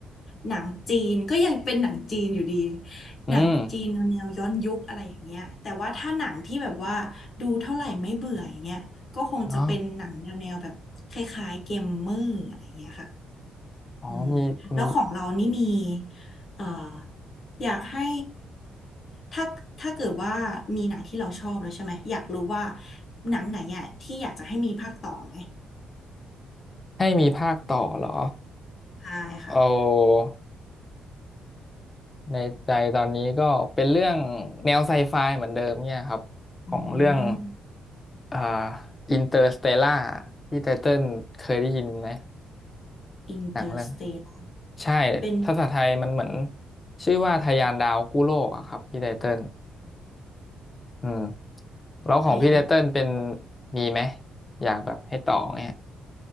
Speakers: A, on the left; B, on the left.
A: หนังจีนก็ยังเป็นหนังจีนอยู่ดี
B: อืม
A: หนังจีนแนวย้อนยุคอะไรอย่างเงี้ยแต่ว่าถ้าหนังที่แบบว่าดูเท่าไหร่ไม่เบื่ออย่างเงี้ยก็คงจะเป็นหนังแนวแนวแบบคล้ายๆเกมเมอร์อะไรอย่างเงี้ยค่ะ
B: อ๋ออ๋อมีอืม
A: อืมแล้วของเรานี่มีเอ่ออยากให้ถ้าถ้าเกิดว่ามีหนังที่เราชอบแล้วใช่ไหมอยากรู้ว่าหนังไหนอ่ะที่อยากจะให้มีภาคต่อไหม
B: ให้มีภาคต่อเหรอ
A: ใช่ค่ะ
B: เอา ในใจตอนนี้ก็เป็นเรื่องแนวไซไฟเหมือนเดิมเนี่ยครับของเรื่อง
A: อืม
B: อ่าอินเตอร์สเตล่าที่ไตเติ้ลเคยได้ยินไหม
A: อินเตอร์สเตล
B: หนังเรื่องใช่
A: เป็น
B: ภาษาไทยมันเหมือนชื่อว่าทะยานดาวกู้โลกอะครับพี่ไตเติ้ลอืมแล้วของพี่ไตเติ้ลเป็น
A: พยาน
B: มีไหมอยากแบบให้ต่อเนี่ย